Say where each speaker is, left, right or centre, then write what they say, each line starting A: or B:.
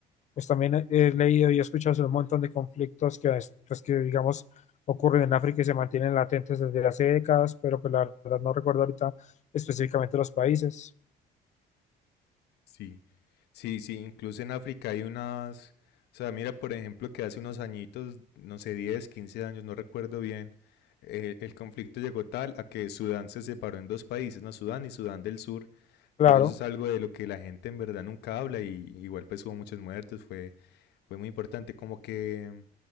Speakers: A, on the left; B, on the left.
A: pues también he, he leído y he escuchado sobre un montón de conflictos que, es- pues, que, digamos, ocurren en África y se mantienen latentes desde hace décadas, pero pues la verdad no recuerdo ahorita específicamente los países.
B: Sí, sí, sí, incluso en África hay unas, o sea, mira, por ejemplo, que hace unos añitos, no sé, 10, 15 años, no recuerdo bien, eh, el conflicto llegó tal a que Sudán se separó en dos países, ¿no? Sudán y Sudán del Sur,
A: Claro,
B: pero eso es algo de lo que la gente en verdad nunca habla y igual pues hubo muchos muertos, fue, fue muy importante, como que